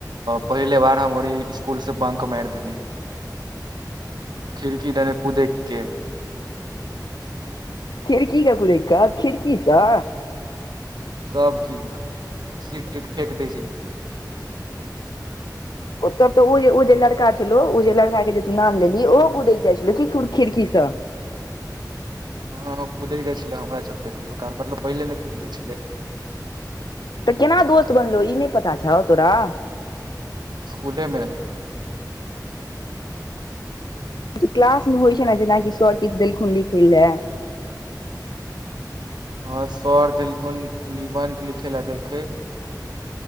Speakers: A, on the right; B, on the left.
A: पहिने बेर हम ओ ई स्कूल सँ बंक मारि देलियै खिड़की देने कुदैके
B: खिड़की सँ कदै क खिड़की छ
A: तऽ की सीट-वीट फेक देत छै।
B: ओतऽ तऽ ओ जे लड़का छल, ओ जे लड़का के जे तू नाम लेलियै, ओहो कुदैत जाइ छल की खिड़की सँ?
A: ह कुदै जाइ छलै हमरा चले कहियो कार मतलब पहिले नहि कुद ले छलै
B: तऽ केना दोस्त बनलहुँ ई नहि पता छौ तोरा
A: स्कूलेमे
B: क्लासमे होइत छै। ने जेना कि सर किछु देलखिन लिखै ले
A: अ सर देलखुन निबन्ध लिखे लए देलखै